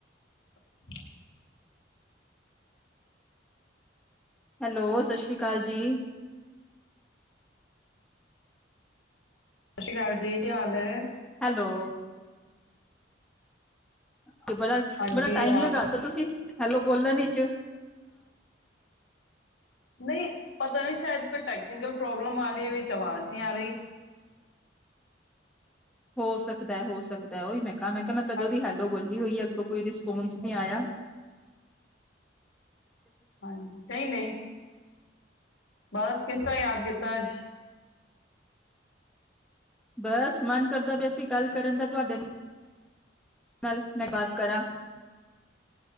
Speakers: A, on the left (about 80°); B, in the centre.
A: <unintelligible>
B: Hello ਸਤਿ ਸ੍ਰੀ ਅਕਾਲ ਜੀ।
A: ਸਤਿ ਸ੍ਰੀ ਅਕਾਲ ਜੀ, ਕੀ ਹਾਲ ਹੈ?
B: ਹੈਲੋ ਤੇ ਬੜਾ-ਬੜਾ
A: ਹਾਂਜੀ
B: ਟਾਈਮ
A: ਆਵਾਜ਼
B: ਲਗਾਤਾ ਤੁਸੀਂ। ਹੈਲੋ ਬੋਲੋ ਵਿਚ
A: ਨਹੀਂ, ਪਤਾ ਨਹੀਂ, ਸ਼ਾਇਦ ਕੋਈ ਟੈਕਨਕਲ ਪ੍ਰੋਬਲਮ ਆ ਰਹੀ, ਵਿੱਚ ਆਵਾਜ਼ ਨੀ ਆ ਰਹੀ।
B: ਹੋ ਸਕਦਾ ਹੋ ਸਕਦਾ ਉਹੀ ਮੈਂ ਮੈਂ ਕਿਹਾ ਮੈਂ ਕਦੋਂ
A: ਹਾਂ-
B: ਦੀ ਹੈੱਲੋ ਬੋਲੀ। ਕੀ, ਅੱਗੋਂ ਕੋਈ ਰਿਸਪੋਂਸ ਨੀ ਆਇਆ।
A: ਹਾਂਜੀ ਨਹੀ-ਨਹੀ। ਬਸ, ਕਿਸ ਤਰ੍ਹਾਂ ਯਾਦ ਕੀਤਾ ਅੱਜ?
B: ਬਸ, ਮਨ ਕਰਦਾ ਪਿਆਸੀ ਗੱਲ ਕਰਨ ਦਾ ਤੁਹਾਡੇ ਨਾਲ। ਨਾਲੇ ਮੈਂ ਬਾਤ ਕਰਾਂ